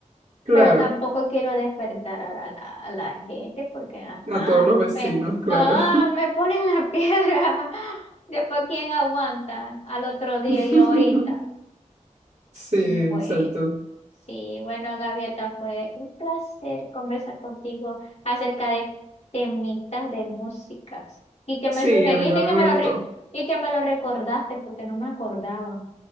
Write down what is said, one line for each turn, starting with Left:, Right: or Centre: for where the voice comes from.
Right: claro.
Left: Pero tampoco quiero despertar a, la, a la- a la gente porque, ajá,
Right: A todos los vecinos,
Left: ve,
Right: claro.
Left: no, me ponen la piedra. <laughs> Después, ¿quién aguanta al otro día
Right: <laughs>
Left: y ahorita?
Right: Sí, exacto.
Left: Pues sí, bueno, Gaviota, fue un placer conversar contigo acerca de temitas de músicas y que
Right: Sí,
Left: me sugeriste
Right: a mí también
Left: y que me
Right: me
Left: lo,
Right: gustó.
Left: re- y que me lo recordaste porque no me acordaba.